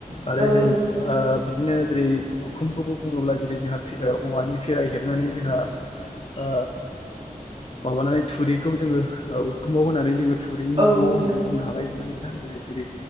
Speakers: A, on the left; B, on the right.
A: आरो
B: औ
A: जों
B: नोंगौ नोंथां।
A: ओ बिदिनो जेरै उखुमखौबो बुङोब्ला जेरै जोंहा फि औवानि फिराय हेबनानै जोंहा ओ माबानानै थुरिखौ जोङो ओ उखुमाव होनानै जोङो थुरिनि
B: औ
A: न' होननानै
B: नंगौ नोंथां
A: बुंनो हालायोमोनना नोंथां जेरै जेरै